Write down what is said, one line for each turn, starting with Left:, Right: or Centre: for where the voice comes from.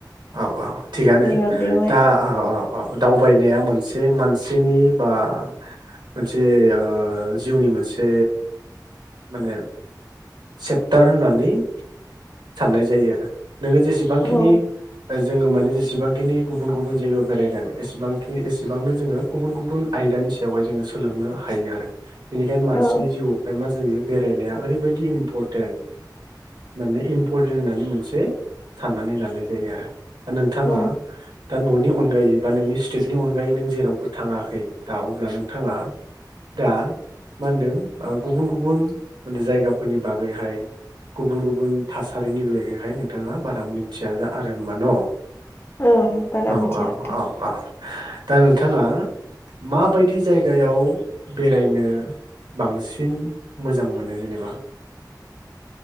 Right: औ औ थिगानो
Left: जेनेबा बेवहाय
Right: दा औ औ औ दाव बायनाया मोनसे मानसिनि बा मोनसे ओ जिउनि मोनसे माने सेपटार होननानै साननाय जायो आरो। नोङो जेसेबांखिनि
Left: औ
Right: जोंङो माने जेसेबांखिनि गुबुन-गुबुन जायगायाव बेरायगोन एसेबांखि एसेबांनो जोंङो गुबुन-गुबुन आयदानि सायावहाय जोंङो सोलोंनो हायो आरो। बेनिखायनो मानसिनि
Left: औ
Right: जिउआवहाय मा जायो बेरायनाया ओरै बायदि इमपरटेन्ट माने इमपरटेन्ट होननानै मोनसे साननानै लानाय जायो आरो। दा नोंथाङा
Left: औ
Right: दा न'नि अनगायै बा नोंनि स्टेटनि अनगायै नों जेरावबो थाङाखै दा अब्ला नोंथाङा दा मा होनदों ओ गुबुन गुबुने जायगाफोरनि बागैहाय गुबुन गुबुन थासारिनि बागैहाय नोंथाङा बारा मिथिया आरो। होनबा न'
Left: ओं बारा
Right: औ
Left: मिथिया
Right: औ
Left: नोंथां
Right: औ औ दा नोंथाङा माबायदि जायगायाव बेरायनो बांसिन मोजां मोनो जेनेबा